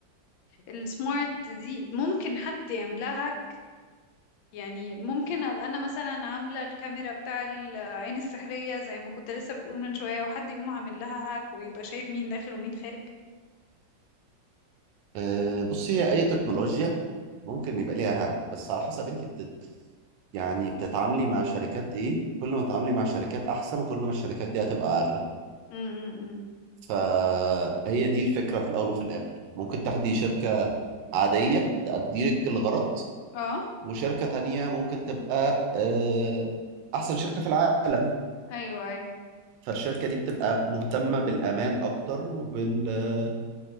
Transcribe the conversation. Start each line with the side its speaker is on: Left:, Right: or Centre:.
Left: السمارت دي ممكن حد يعملها هاك يعني ممكن أبقى أنا مثلا عاملة الكاميرا بتاع العين السحرية زي ما كنت لسه بتقول من شوية وحد يقوم عامل لها هاك ويبقى شايف مين داخل ومين خارج
Right: أه بص هي أي تكنولوجيا ممكن يبقى ليها هاك بس على حسب انت بتت يعني بتتعاملي مع شركات ايه كل ما تتعاملي مع شركات أحسن كل ما الشركات دي هتبقى أغلى
Left: امم
Right: فهي دي الفكرة في الأول وفي الآخر ممكن تاخدي شركة عادية تأدي لك الغرض
Left: اه
Right: وشركة تانية ممكن تبقى أه أحسن شركة في العالم
Left: ايوه ايوه
Right: فالشركة دي بتبقى مهتمة بالأمان أكتر وبالسايبر